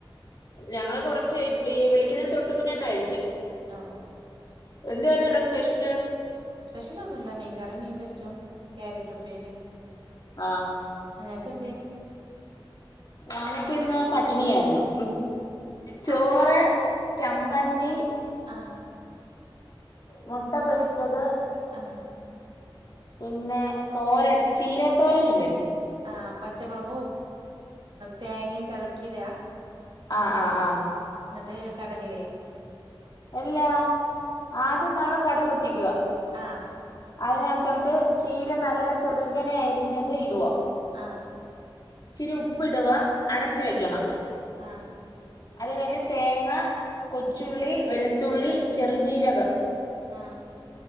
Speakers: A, on the left; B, on the right.
A: ഞങ്ങള് കൊറച്ച് വി വിളിക്ക്ന്നെന് തൊട്ട് മുന്നേട്ട കഴ്ചേ
B: ഓ
A: എന്താര്ന്നടാ സ്പെഷ്യല്
B: സ്പെഷ്യല് ഒന്നുല്ല മീൻകറിം മീൻ പൊര്ച്ചും കേരറ്റ് ഉപ്പേരിം
A: ആ
B: നിങ്ങക്കെന്തേനി
A: ഞങ്ങക്ക് ഇന്ന് പട്ടിണിയായിരുന്നു ചോറ്
B: അതെന്തേ
A: ചമ്മന്തി
B: ആഹ്
A: മുട്ട പൊരിച്ചത്
B: ആ
A: പിന്നെ തോരൻ ചീര തോരനില്ലേ
B: ആ പച്ച മൊളകു തേങ്ങി ചതക്കിടാ
A: ആ ആ ആ
B: ന്നട്ട് കടകില്
A: എല്ലാ ആദ്യം നമ്മള് കടു പൊട്ടിക്യുവാ
B: ആ
A: അതിനകത്തോട്ട് ചീര നല്ല ചെറുകനെ അരിഞ്ഞത് ഇടുവാ
B: ആ
A: ഇച്ചിരി ഉപ്പ് ഇടുവ അടച്ച് വെക്കണം
B: ആ
A: അത് കഴിഞ്ഞ് തേങ്ങ കൊച്ചുള്ളി വെൾത്തുള്ളി ചെറുജീരകം
B: ആ